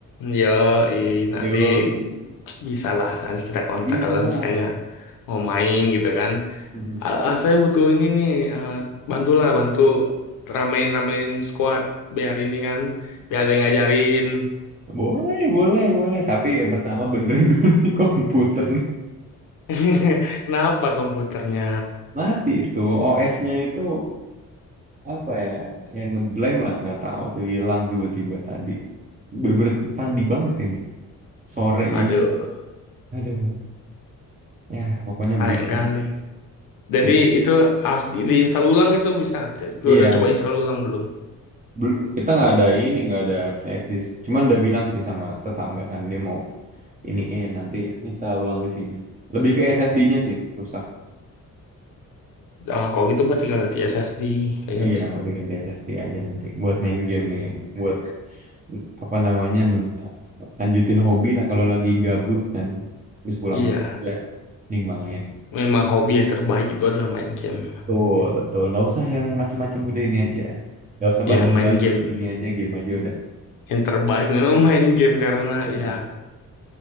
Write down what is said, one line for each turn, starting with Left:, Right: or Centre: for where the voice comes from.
Left: Yoi, nanti
Right: Yo,
Left: bisa lah, nanti kita kontak
Right: bisa
Left: kalau
Right: lah.
Left: misalnya mau main gitu kan.
Right: Mm.
Left: Ah, ah, saya butuh ini nih, ah, bantulah, bantu ramein-ramein squad biar ini kan, biar ada yang ngajarin.
Right: Boleh, boleh, boleh. Tapi yang pertama benerin dulu nih komputer
Left: <laughs> Kenapa komputernya?
Right: mati itu OS-nya itu apa ya yang ngeblank lah nggak tahu tuh hilang tiba-tiba tadi berber tadi banget ini sore
Left: Waduh,
Right: ini aduh ya pokoknya
Left: sayang
Right: begitu
Left: kali. Jadi
Right: I-
Left: itu harus di- diinstal ulang itu bisa. Tuh,
Right: iya
Left: Udah coba install ulang belum?
Right: Bel- kita nggak ada ini nggak ada flash disk cuman udah bilang sih sama tetangga kan dia mau ini eh nanti install ulang di sini lebih ke SSD-nya sih rusak
Left: Ah, kalau gitu mah tinggal ganti SSD, kayaknya
Right: iya
Left: bisa.
Right: mau diganti SSD aja nanti buat main game nih buat apa namanya nen- lanjutin hobi lah kalau lagi gabut kan habis pulang
Left: Iya,
Right: kerja nih main
Left: Memang hobi yang terbaik itu adalah main game.
Right: tuh betul nggak usah yang macem-macem udah ini aja nggak usah
Left: Ya,
Right: bandel-bandel
Left: main game.
Right: ini aja game aja udah
Left: Yang terbaik memang <laughs> main game karena
Right: Betul.
Left: ya